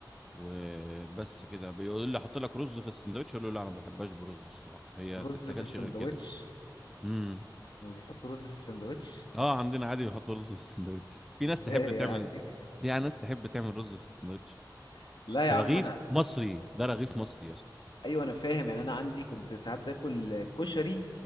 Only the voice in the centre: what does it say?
وبس كده بيقول لي احط لك رز في السندوتش اقول له لا انا ما بحبهاش برز الصراحه هي
تتاكلش
غير كده امم
اه عندنا عادي بيحطوا رز في السندوتش في
ناس تحب تعمل
في ناس تحب تعمل رز في السندوتش
في
رغيف
مصري ده رغيف مصري اصلا